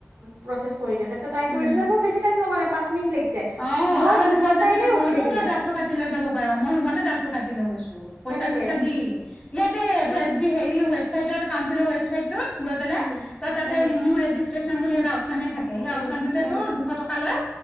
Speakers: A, on the right; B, on the left.
A: প্ৰচেছ কৰি দিওঁ, তাৰপিছত
B: উম।
A: কৰি দিছে, মোৰ বেছি টাইম লগা নাই, পাঁচ মিনিট লাগিছে।
B: অ',
A: মই
B: আৰু
A: দুঘন্টা
B: তই যদি
A: এনেই
B: ঘৰতো
A: ৰখি থাকিলো
B: তই দ্ৰাফটো কাটি লৈ যাব পাৰ, মই ৰুমতে দ্ৰাফটো কাটি লৈ গৈছো। পইচা,
A: কেনেকে
B: চইচা দি, ইয়াতে এইটো
A: অ
B: এছ বি হে ৰি ৱেব চাইডট কউন্সিলাৰ ৱেব চাইডটোট গৈ পেলাই
A: উম
B: তই তাতে
A: উম
B: ৰিনিউ ৰেজিছ ট্ৰেশ্যন বুলি এটা অপশ্যনে থাকে, সেই
A: উম
B: অপশ্যন টোতে
A: উম
B: তোৰ দুশ টকা লয়।